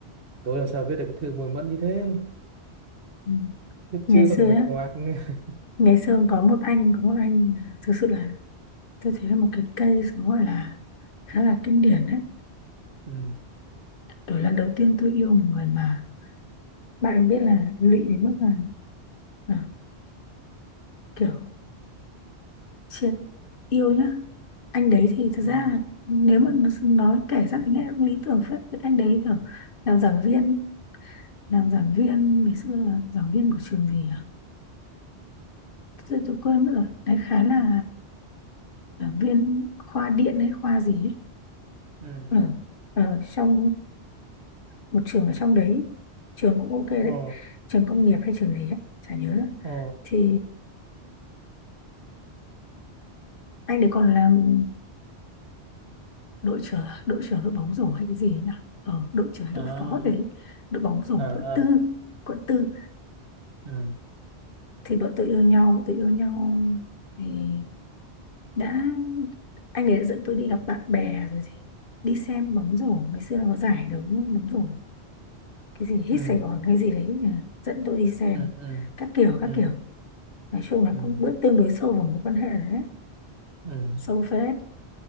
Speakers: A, on the right; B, on the left.
A: tôi làm sao viết được cái thư mùi mẫn như thế
B: ừm.
A: viết
B: ngày
A: chữ còn
B: xưa
A: nguệch
B: á,
A: ngoạc <laughs>
B: ngày xưa có một anh có một anh thực sự là tôi thấy là một cái case nó gọi là khá là kinh điển đấy
A: ừ
B: kiểu lần đầu tiên tôi yêu một người mà bạn cũng biết là lụy đến mức là, là kiểu triệt yêu nhá anh đấy thì thật ra
A: ừ
B: là nếu mà nó- nói kể ra thì nghe cũng lý tưởng phết Cái anh đấy kiểu làm giảng viên làm giảng viên ngày xưa là giảng viên của trường gì à tôi, tôi quên mất rồi đấy khá là giảng viên khoa điện hay khoa gì ấy.
A: ừ
B: ở ở trong một trường ở trong đấy trường cũng ok đấy
A: ồ
B: trường công nghiệp hay trường gì ấy chả nhớ nữa
A: ồ
B: thì anh đấy còn làm đội trưởng đội trưởng đội bóng rổ hay cái gì ấy nhỉ ờ, đội trưởng hay
A: à
B: đội phó đấy đội bóng rổ
A: à à
B: quận tư quận tư
A: ừ
B: thì bọn tôi yêu nhau tôi yêu nhau thì đã anh ấy đã dẫn tôi đi gặp bạn bè rồi thì đi xem bóng rổ ngày xưa nó có giải đấu bóng rổ cái gì hít
A: ừ
B: Sài Gòn hay gì đấy ờ, dẫn tôi đi xem
A: ừ ừ
B: các kiểu các
A: ừ
B: kiểu nói chung là
A: ừ
B: cũng bước tương đối sâu vào mối quan hệ rồi đấy
A: ừ
B: sâu phết